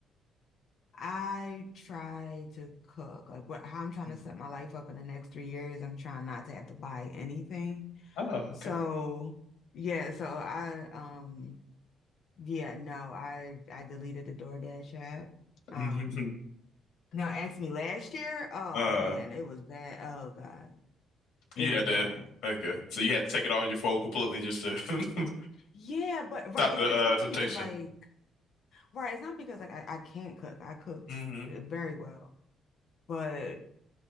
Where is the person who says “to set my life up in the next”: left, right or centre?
Left